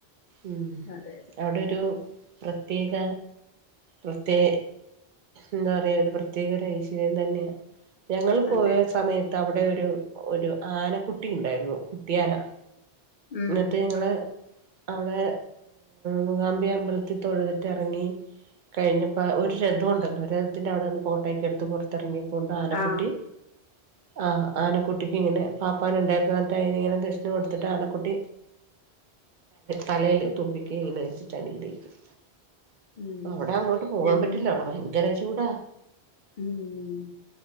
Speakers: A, on the right; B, on the left.
A: ഉ
B: അതെ
A: അവിടെ ഒരു പ്രത്യേക പ്രത്യേ എന്താ പറയാ ഒരു പ്രത്യേക ഒരു ഐശ്വര്യം തന്നെയ ഞങ്ങള് പോയ
B: അതെ
A: സമയത്ത് അവിടെ ഒരു ഒരു ആന കുട്ടി ഉണ്ടായിരുന്നു കുട്ടി ആന
B: ഉം
A: എന്നിട്ട് ഞങ്ങള് അവിടെ മൂകാമ്പിക അമ്പലത്തിൽ തൊഴുതിട്ട് ഇറങ്ങി കഴിഞ്ഞപ്പോ ഒരു രഥം ഉണ്ടല്ലോ ഒരു രഥത്തിന്റെ അവിടെ നിന്ന് ഫോട്ടോ ഒക്കെ എടുത്ത് ത്തിറങ്ങിയപ്പോണ്ട് ആനക്കുട്ടി
B: ആ
A: ആ ആനക്കുട്ടിക്ക് ഇങ്ങനെ പാപ്പാന ഉണ്ടായിരുന്ന എന്നിട്ട അയിനി ഇങ്ങനെ ദക്ഷിണ കൊടുത്തിട്ട് ആന കുട്ടി തലേൽ തുമ്പിക്കൈ ഇങ്ങനെ വച്ചിട്ട് അനുഗ്രഹിക്കും
B: ഉം
A: അവിടെ അങ്ങോട്ട് പോവാൻ
B: ഞങ്ങ
A: പറ്റില്ല അവിടെ ഭയങ്കര ചൂടാ
B: ഉം